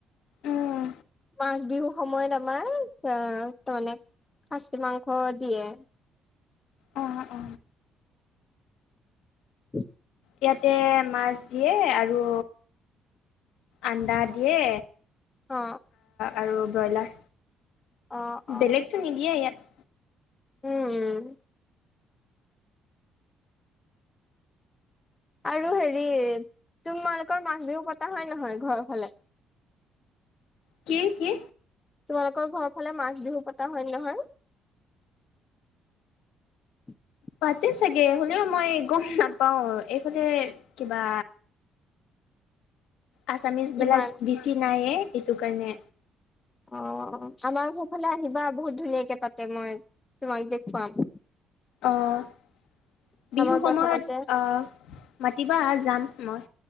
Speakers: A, on the left; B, on the left.
A: উম
B: মাঘ বিহুৰ সময়ত আমাৰ আহ তাৰ মানে খাচী মাংস দিয়ে
A: অ অ
B: উম
A: ইয়াতে মাছ দিয়ে আৰু আন্দা দিয়ে
B: অ
A: আৰু ব্ৰইলাৰ
B: অ অ
A: বেলেগটো নিদিয়ে ইয়াত
B: উম। আৰু হেৰি তোমালোকৰ মাঘ বিহু পতা হয় নহয় ঘৰৰ ফালে?
A: কি কি?
B: তোমালোকৰ ঘৰৰ ফালে মাঘ বিহু পতা হয় নে নহয়? <inaudible>
A: পাতে চাগে <unintelligible> পাতিলেও মই গম নাপাওঁ এইফালে কিবা আছামিছবিলাক
B: ইমান
A: বেছি নাইয়ে এইটো কাৰণে।
B: অ আমাৰ ঘৰৰ ফালে আহিবা বহুত ধুনীয়াকে পাতে মই তোমাক দেখুৱাম।
A: আহ বিহুৰ
B: আমাৰ
A: সময়ত
B: প্ৰথমতে
A: আহ মাতিবা যাম। মই